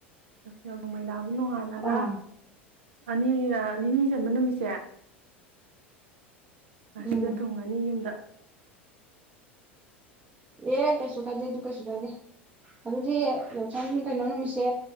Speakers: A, on the right (about 65°); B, on the right (about 25°).
A: ꯌꯥꯁꯪ ꯃꯩꯊꯥ ꯅꯣꯉꯥꯜꯂꯒ
B: ꯑꯥ
A: ꯑꯅꯤ ꯑ ꯅꯤꯅꯤ ꯆꯟꯕ ꯅꯨꯃꯤꯠꯁꯦ ꯑꯁꯤꯗ
B: ꯎꯝ
A: ꯊꯨꯡꯉꯅꯤ ꯌꯨꯝꯗ
B: ꯑꯦ ꯀꯩꯁꯨ ꯀꯥꯏꯗꯦ ꯑꯗꯨ ꯀꯩꯁꯨ ꯀꯥꯏꯗꯦ ꯑꯗꯨꯗꯤ ꯁꯝ ꯀꯩꯅꯣ ꯅꯨꯃꯤꯠꯁꯦ